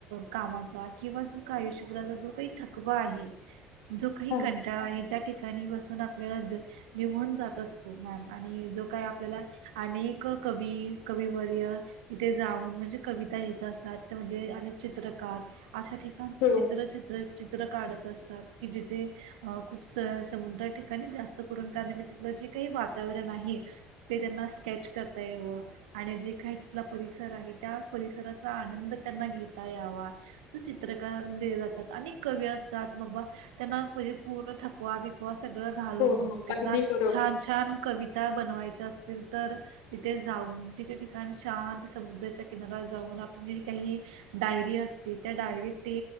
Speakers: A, on the right; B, on the left.
A: कामाचा किंवा जो का आयुष्यभराचा जो काही थकवा आहे. जो काही
B: हा
A: कंटाळा आहे त्यात ठिकाणी बसून आपल्याला दिघून जात असतो मॅम आणि जो काही आपल्याला अनेक कवी कविवर्य तिथे जाऊन म्हणजे कविता लिहित असतात म्हणजे अनेक चित्रकार अशा ठिकाणचे
B: हो
A: चित्र चित्र चित्र काढत. असतात जिथे खूप समुद्र ठिकाणी जास्त करून म्हणजे जेकाही वातावर वर्णनही ते त्यांना स्केच करता एव आणि जे काही तिथलं परिसर आहे. त्या परिसराच आनंद त्यांना घेता यावा. चित्रकार मध्ये जातात अनेक कवी असतात बाबा त्यांना म्हणजे पूर्ण थकवा बिकवा सगळं घालून
B: हो हो
A: त्यान
B: अगदी बरोबर
A: छान छान कविता बनवायच्या अस. असतील तर तिथे जाऊन तिथे ठिकाण शांत समुद्राच्या किनाऱ्यात जाऊन आपली जे काही डायरी असतील. त्या डायरीत ते